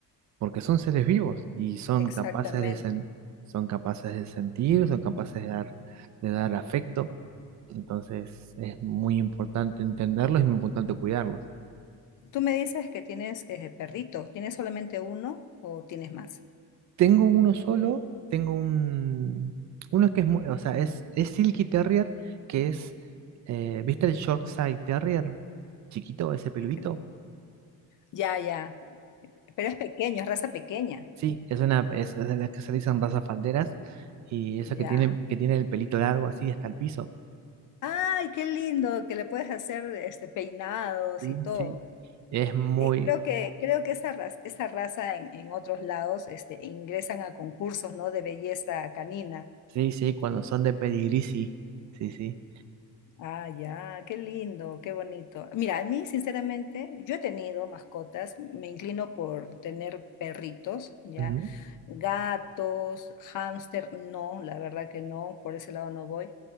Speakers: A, on the right (about 50°); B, on the left (about 55°).
A: porque son seres vivos y son
B: Exactamente.
A: capaces de, sen- son capaces de sentir, son capaces de dar, de dar afecto. Entonces es muy importante entenderlos y muy importante cuidarlos.
B: Tú me dices que tienes eh, perritos, ¿tienes solamente uno o tienes más?
A: Tengo uno solo, tengo un... Uno que es, mu- o sea, es, es Silky Terrier, que es, eh, ¿viste el Yorkshire Terrier? Chiquito, ese peludito.
B: Mm, Ya, ya. Pero es pequeño, es raza pequeña.
A: Sí, es una, es, es de las que se dicen razas falderas y eso
B: Ya.
A: que tiene, que tiene el pelito largo así hasta el piso.
B: Ay, qué lindo que le puedes hacer este peinados
A: Sí,
B: y todo.
A: sí. Es muy,
B: Eh, Creo que, creo que esa raza, esa raza en, en otros lados este, ingresan a concursos, ¿no? de belleza canina.
A: sí, sí, cuando son de pedigrí, sí, sí, sí.
B: Ah, ya, qué lindo, qué bonito. Mira, a mí, sinceramente, yo he tenido mascotas, me inclino por tener perritos, ya,
A: Ujú.
B: gatos, hámster, no, la verdad que no, por ese lado no voy.